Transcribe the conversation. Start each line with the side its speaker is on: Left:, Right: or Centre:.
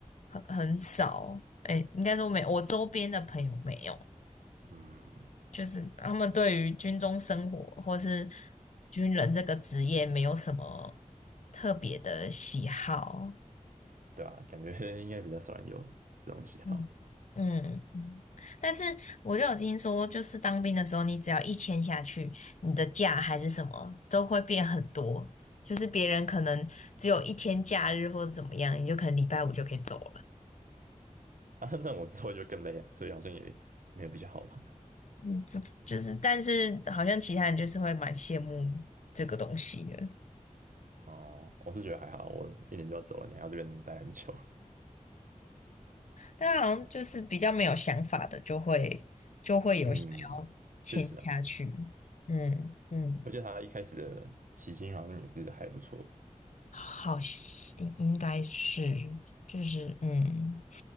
Left: 很很少诶、应该说没，我周边的朋友没有，
Right: 嗯，
Left: 就是他们对于军中生活或是军人这个职业没有什么特别的喜好，
Right: 对啊，感觉 <laughs> 应该比较少人有这种喜好。
Left: 嗯嗯，嗯但是我就有听说，就是当兵的时候，你只要一签下去，你的假还是什么都会变很多，就是别人可能只有一天假日或者怎么样，你就可能礼拜五就可以走了。
Right: <laughs> 啊，那我之后就更累啊，所以好像也没有比较好吧。
Left: 嗯，不知就是，但是好像其他人就是会蛮羡慕这个东西的，
Right: 哦 <laughs>、我是觉得还好，我一年就要走了，你还要这边待很久。
Left: 但好像就是比较没有想法的，就会就会有想要签下去。
Right: <laughs> 嗯，确实啊，
Left: 嗯嗯。
Right: 而且他一开始的起薪好像也是还不错的
Left: 好像应该是，就是嗯，